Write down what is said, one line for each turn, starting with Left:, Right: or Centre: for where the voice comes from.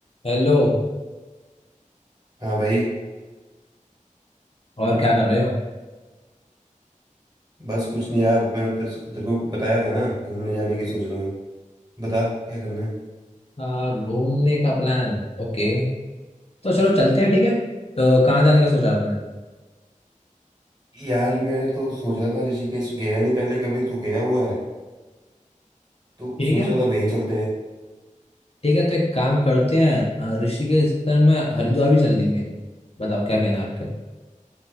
Left: Hello
Right: हाँ भाई
Left: और क्या कर रहे हो
Right: बस कुछ नहीं यार मैं तेरे से तेरे को बताया था ना घूमने जाने की सोच रहा हूँ बता क्या करना है
Left: आ, घूमने का प्लान ओके तो चलो चलते हैं ठीक है तो कहाँ जाने का सोचा आपने
Right: यार मैं तो सोच रहा था ऋषिकेश गया नहीं पहले कभी तू गया हुआ है तो
Left: ठीक
Right: सोच
Left: है
Right: रहा था वहीं चलते हैं
Left: ठीक है तो एक काम करते हैं आ, ऋषिकेश के संग में हरिद्वार भी चल लेंगे बताओ क्या कहना है आपके